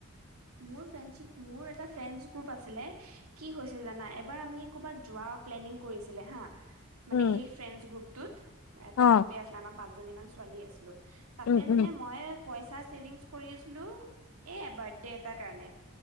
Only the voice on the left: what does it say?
উম
অ
উম উম